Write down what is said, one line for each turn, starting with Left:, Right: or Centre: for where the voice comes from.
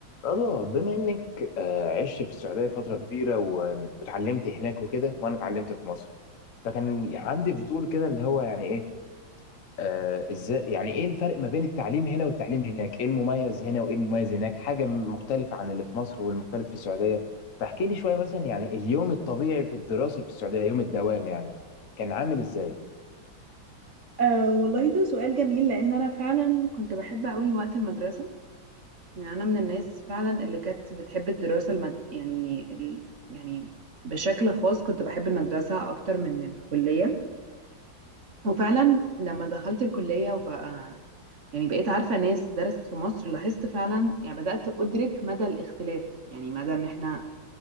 Left: رضا بما انك آه، عشت في السعوديه فتره كبيره و- واتعلمت هناك وكده وانا اتعلمت في مصر فكان عندي فضول كده اللي هو يعني ايه آه، ازاي يعني ايه الفرق ما بين التعليم هنا والتعليم هناك ايه المميز هنا وايه المميز هناك حاجه مختلفه عن اللي في مصر والمختلف في السعوديه فاحكي لي شويه مثلا يعني اليوم الطبيعي في الدراسه في السعوديه يوم الدوام يعني كان عامل ازاي
Right: أه والله ده سؤال جميل لأن أنا فعلا كنت بحب أوي وقت المدرسة يعني أنا من الناس فعلا اللي كانت بتحب الدراسة المد... يعني ال... يعني بشكل خاص كنت بحب المدرسة أكتر من الكلية وفعلا لما دخلت الكلية وبقى يعني بقيت عارفة ناس درست في مصر لاحظت فعلا يعني بدأت أدرك مدى الاختلاف يعني مدى إن إحنا